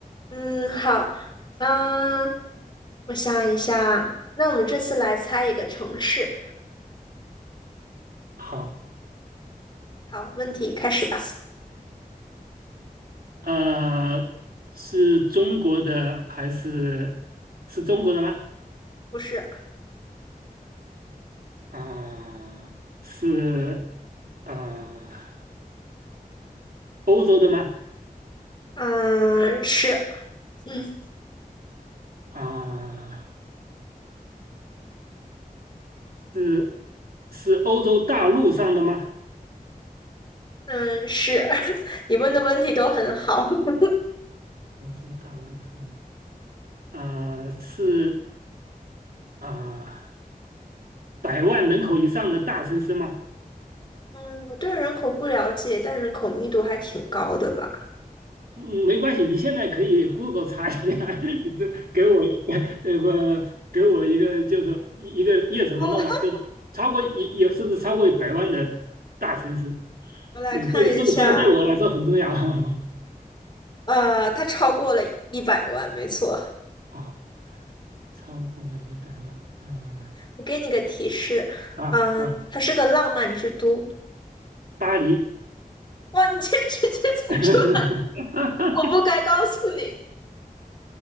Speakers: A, on the left (about 30°); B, on the right (about 75°).
A: 嗯，好，嗯，我想一下，那我们这次来猜一个城市。
B: 好，
A: 好，问题开始吧。
B: 呃，是中国的还是是中国的吗？
A: 不是，
B: 啊、是呃欧洲的吗？
A: 嗯，是，嗯
B: 啊、是是欧洲大陆上的吗？
A: 嗯是，<laughs> 你问的问题都很好。<laughs>
B: 欧洲大陆上的，呃，是啊。百万人口以上的大城市吗？
A: 嗯，我对人口不了解，但人口密度还挺高的吧？
B: 嗯，没关系，你现在可以 Google 查一下，<laughs> 你这给我呃不给我一个就是一个 yes
A: <laughs>
B: 和 no 嘛，就是超过也也是不是超过百万的大城市？
A: 我来看一下，
B: 嗯，这个这个这个对我来说很重要。<laughs>
A: 呃，它超过了一百万，没错。
B: 好，超过了一百万，嗯、
A: 我给你个提示，
B: 啊啊，
A: 嗯、它是个浪漫之都。
B: 巴黎。
A: 哇，你竟然直接猜出来，
B: <laughs>
A: 我不该告诉你。